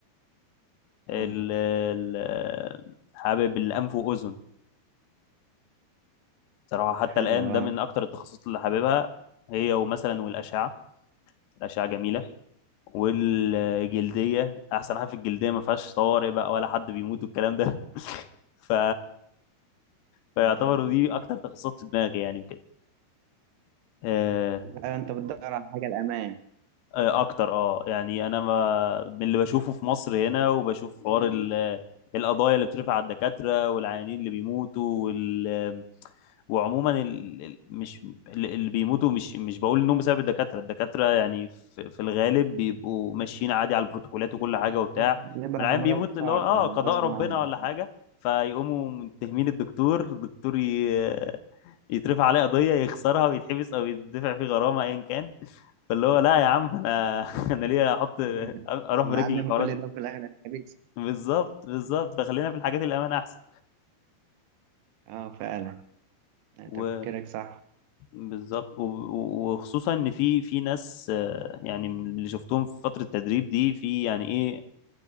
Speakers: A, on the left (about 85°); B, on the right (about 75°).
A: ال-
B: اه
A: ال- حابب الأنف وأذن صراحة حتى
B: حلو
A: الآن
B: اه
A: ده من أكتر التخصصات اللي حاببها هي ومثلا والأشعة الأشعة جميلة والجلدية أحسن حاجة في الجلدية ما فيهاش طوارئ بقى ولا حد بيموت والكلام ده <laughs> ف... فيعتبروا دي أكتر تخصصات في دماغي يعني وكده آه،
B: ايوه انت بتدور على حاجة الامان
A: آه، أكتر أه يعني أنا ما... من اللي بشوفه في مصر هنا وبشوف حوار ال... القضايا اللي بترفع على الدكاترة والعيانين اللي بيموتوا وال... وعموما ال... ال- مش ال- اللي بيموتوا مش مش بقول انهم بسبب الدكاتره الدكاتره يعني في, في الغالب بيبقوا ماشيين عادي على البروتوكولات وكل حاجه وبتاع
B: بيبقى
A: العيان
B: مرض
A: بيموت
B: صعب
A: اللي هو اه
B: يعني
A: قضاء
B: غصب
A: ربنا
B: عني
A: ولا حاجه فيقوموا متهمين الدكتور الدكتور ي... يترفع عليه قضيه يخسرها ويتحبس او يدفع فيه غرامه ايا كان فاللي هو لا يا عم انا <laughs> انا ليه احط
B: <laughs>
A: اروح
B: هنتعلم
A: برجلي الحوارات
B: كل
A: دي
B: ده في الآخر الحديث
A: بالظبط بالظبط فخلينا في الحاجات الامان احسن
B: اه فعلا يعني
A: و...
B: تفكيرك صح
A: بالظبط و- و- وخصوصا ان في في ناس آه، يعني من اللي شفتهم في فتره التدريب دي في يعني ايه